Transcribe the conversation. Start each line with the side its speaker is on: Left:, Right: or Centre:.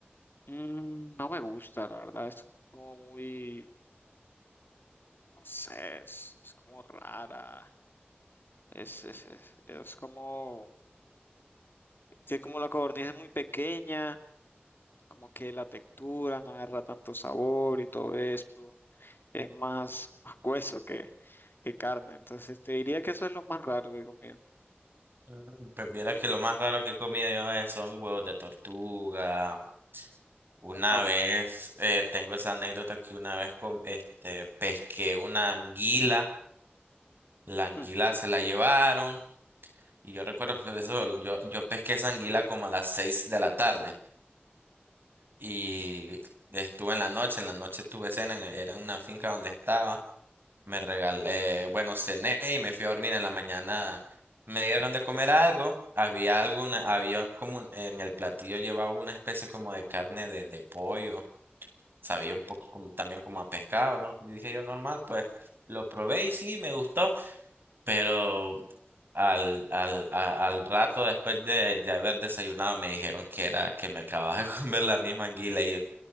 Left: mm, no me gusta, la verdad, es como muy, no sé, es, es como rara, es, es, es es como... que como la codorniz es muy pequeña, como que la textura no agarra tanto sabor y todo eso, es más, más hueso que, que carne. Entonces te diría que eso es lo más raro que he comido.
Right: Mm, Pues viera que lo más raro que he comido yo es- son huevos de tortuga. Una
Left: Wow.
Right: vez, eh, tengo esa anécdota que una vez com- este, pesqué una anguila, la anguila
Left: Hmm.
Right: se la llevaron y yo recuerdo que eso, yo, yo pesqué esa anguila como a las 6 de la tarde y estuve en la noche, en la noche tuve cena, en- era en una finca donde estaba. Me regalé, bueno, cené y me fui a dormir en la mañana. Me dieron de comer algo. Había alguna, había como un- en el platillo llevaba una especie como de carne de, de pollo. Sabía un poco como, también como a pescado, ¿no? Y dije yo, normal, pues lo probé y sí, me gustó. Pero al, al, a- al rato después de ya haber desayunado me dijeron que era que me acababa de <laughs> comer la misma anguila y yo,